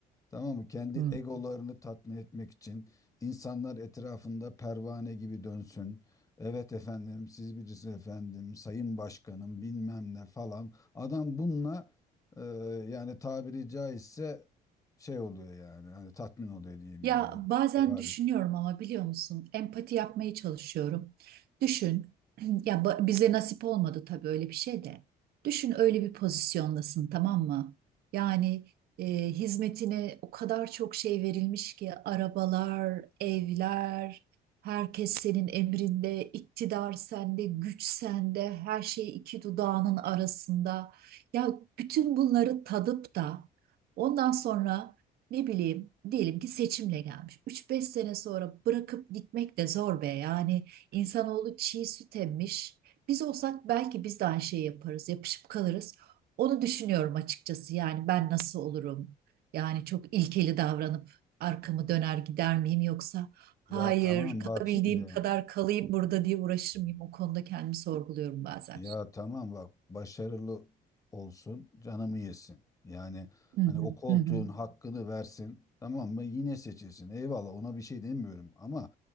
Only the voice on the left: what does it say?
Tamam mı? Kendi
egolarını tatmin etmek için insanlar etrafında pervane gibi dönsün. Evet efendim, siz bilirsiniz efendim, sayın başkanım bilmem ne falan. Adam bununla e, yani tabiri caizse şey oluyor yani. Hani tatmin oluyor diyeyim
yani.
Var.
Ya tamam
bak şimdi.
Ya tamam bak başarılı olsun canımı yesin. Yani
hani o koltuğun
hakkını versin tamam mı yine seçilsin. Eyvallah ona bir şey demiyorum ama